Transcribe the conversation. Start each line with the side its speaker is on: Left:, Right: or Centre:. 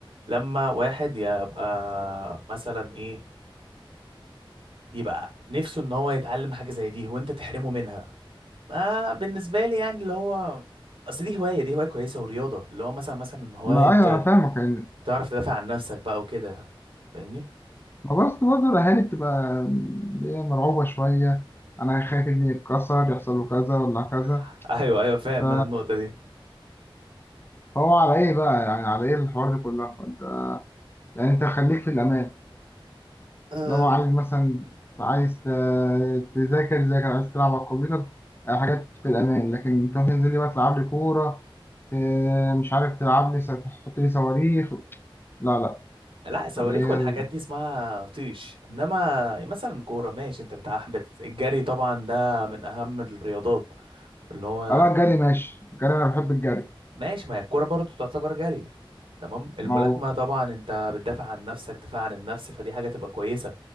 Right: لما واحد يبقى مثلا ايه يبقى نفسه ان هو يتعلم حاجة زي دي وانت تحرمه منها ما بالنسبة لي يعني اللي هو اصل دي هواية دي هواية كويسة ورياضة اللي هو مثلا مثلا هواية
Left: ما ايوه
Right: ت-
Left: انا فاهمك يعني
Right: تعرف تدافع عن نفسك بقى وكده فاهمني
Left: ما بس برضه الاهالي بتبقى اللي هي مرعوبة شوية انا خايف ابني يتكسر يحصل له كذا ولا كذا
Right: <laughs> ايوه ايوه فاهم
Left: ف-
Right: انا النقطة دي
Left: فهو على ايه بقى يعني على ايه الحوار ده كله؟ فأنت- يعني انت خليك في الامان
Right: أه
Left: لو عايز مثلا عايز ت- تذاكر ذاكر عايز تلعب على الكمبيوتر آه، حاجات في الأمان لكن تروح تنزل لي بقى تلعب لي كورة آه، مش عارف تلعب لي س- تحط لي صواريخ لا لا
Right: لا صواريخ
Left: اللي هي
Right: والحاجات
Left: ال...
Right: دي اسمها طيش انما مثلا كورة ماشي انت بتاع بت- الجري طبعا ده من اهم الرياضات اللي هو
Left: أنا الجري ماشي الجري أنا بحب الجري
Right: ماشي ما هي الكوره برضه تعتبر جري تمام الملاكمه
Left: ما هو
Right: طبعا انت بتدافع عن نفسك دفاع عن النفس فدي حاجه تبقى كويسه